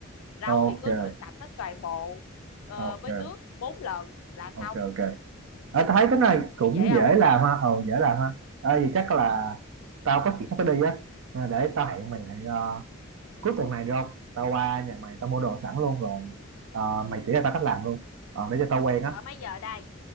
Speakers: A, on the left (about 85°); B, on the right (about 70°).
A: Rau
B: ok
A: thì cứ rửa sạch hết toàn bộ ờ,
B: ok
A: với nước 4 lần là xong.
B: ok ok à, tao thấy cái này cũng
A: Thấy dễ
B: dễ
A: không?
B: làm ha ừ dễ làm ha à, vì chắc là tao có chuyện sắp phải đi á à, để tao hẹn mày lại ờ, cuối tuần này được không tao qua nhà mày tao mua đồ sẵn luôn rồi Ờ, mày chỉ cho tao cách làm luôn Ờ, để cho tao quen á.
A: Ở mấy giờ đây?